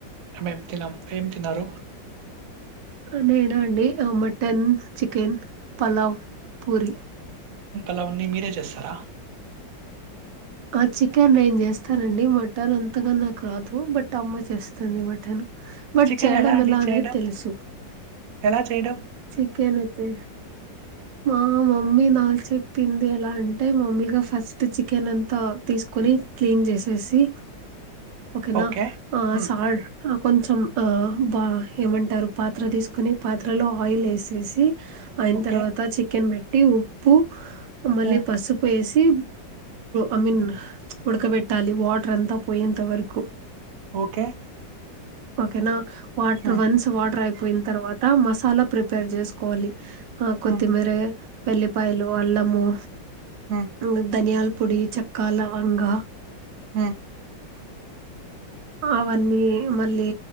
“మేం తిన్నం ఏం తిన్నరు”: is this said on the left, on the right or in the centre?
Right